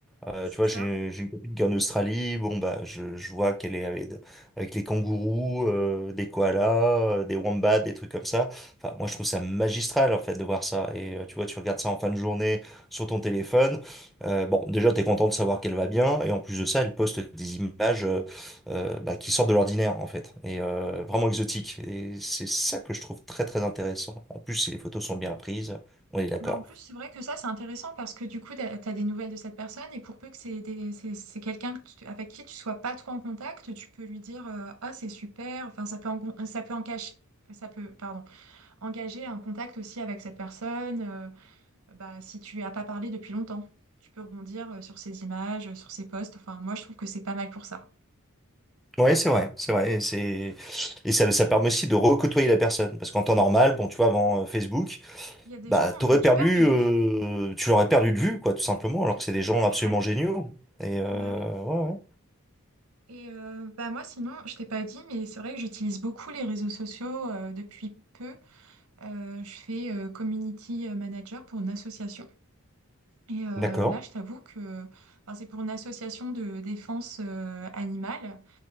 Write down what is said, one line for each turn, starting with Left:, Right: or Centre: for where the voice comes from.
Centre: Euh,
Right: c'est
Centre: tu vois,
Right: ça.
Centre: j'ai j'ai une copine qui est en Australie. Bon, bah, je, je vois qu'elle est avec, avec les kangourous, euh, des koalas, euh, des wombats, des trucs comme ça. Enfin, moi, je trouve ça magistral, en fait, de voir ça. Et euh, tu vois, tu regardes ça en fin de journée sur ton téléphone. Euh, bon, déjà, t'es content de savoir qu'elle va bien. Et en plus de ça, elle poste des images euh, euh, bah, qui sortent de l'ordinaire, en fait. Et euh, vraiment exotiques. Et c'est ça que je trouve très, très intéressant. En plus, si les photos sont bien prises, on est d'accord.
Right: Bah, en plus, c'est vrai que ça, c'est intéressant parce que du coup, tu as des nouvelles de cette personne et pour peu que c'est des- c'est, c'est quelqu'un que tu- avec qui tu sois pas trop en contact, tu peux lui dire euh, Ah, c'est super, enfin, ça peut en, ça peut en cacher, ça peut, pardon. engager un contact aussi avec cette personne, euh, bah, si tu as pas parlé depuis longtemps. Tu peux rebondir euh, sur ses images, euh, sur ses posts. Enfin, moi, je trouve que c'est pas mal pour ça.
Centre: Ouais, c'est vrai, c'est vrai, et c'est et ça, ça permet aussi de recôtoyer la personne, parce qu'en temps normal,
Right: Oui,
Centre: bon, tu vois, avant euh, Facebook,
Right: il y a des
Centre: bah,
Right: gens
Centre: t'aurais
Right: que tu
Centre: perdu,
Right: perds de vue.
Centre: euh, tu l'aurais perdu de vue, quoi, tout simplement,
Right: Oui,
Centre: alors que c'est des gens
Right: c'est
Centre: absolument
Right: vrai.
Centre: géniaux. Et euh,
Right: Bah oui.
Centre: ouais, ouais.
Right: Et euh, bah moi, sinon, je t'ai pas dit, mais c'est vrai que j'utilise beaucoup les réseaux sociaux euh, depuis peu. Euh, je fais euh, community manager pour une association. Et euh,
Centre: D'accord.
Right: là, je t'avoue que enfin, c'est pour une association de défense euh, animale.